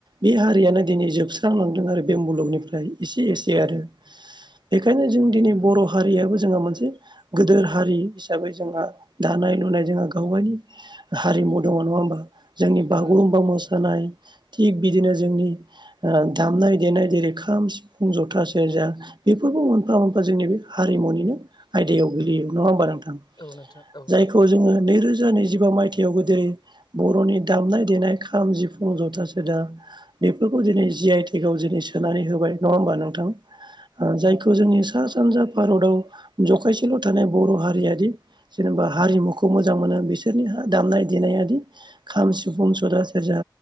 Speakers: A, on the right; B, on the left.
A: बे हारियानो दिनै जोबस्रांलांदों आरो बे मुलुगनिफ्राय एसे एसे आरो। बेखायनो जों दिनै बर'। हारियाबो जोंहा मोनसे गिदोर हारि हिसाबै जोंहा दानाय लुनाय जोंहा गाव गावनि हारिमु दङ नङा होमबा जोंनि
B: औ
A: बागुरुम्बा
B: नोंथां
A: मोसानाय थिग बिदिनो जोंनि ओ दामनाय देनाय जेरै खाम, सिफुं, जथा, सेरजा बेफोरबो मोनफा मोनफा जोंनि बे हारिमुनिनो आयदायाव गोलैयो नङा होमबा नोंथा?
B: औ नोंथां औ
A: जायखौ जोङो बे नैरोजा नैजिबा मायथाइयावबो दिनै बर'नि दामनाय देनाय खाम, जिफुं, जथा, सेरजा बेफोरखौ दिनै जि आइ टेक आव जिनै सोनानै होबाय नङा होमबा नों? औ जायखौ जोंनि। सा सानजा भारताव जखायसेल' थानाय बर' हारियारि जेनेबा हारिमुखौ मोजां मोनो। बिसोरनि हा दामनाय देनायादि खाम, सिफुं, सथा, सेरजा